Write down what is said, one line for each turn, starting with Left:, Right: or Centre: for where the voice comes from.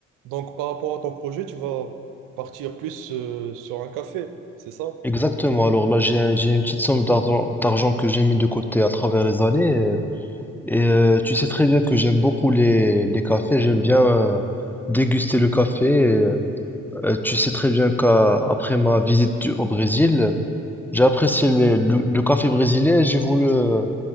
Right: Donc, par rapport à ton projet, tu vas partir plus euh, sur un café, c'est ça?
Centre: Exactement. Alors là, j'ai, j'ai une petite somme d'argent d'argent que j'ai mis de côté à travers les années. euh, Et, euh, tu sais très bien que j'aime beaucoup les, les cafés. J'aime bien euh, déguster le café. et, euh, tu sais très bien qu'après ma visite du- au Brésil, j'ai apprécié les- le, le café brésilien. et J'ai voulu, euh,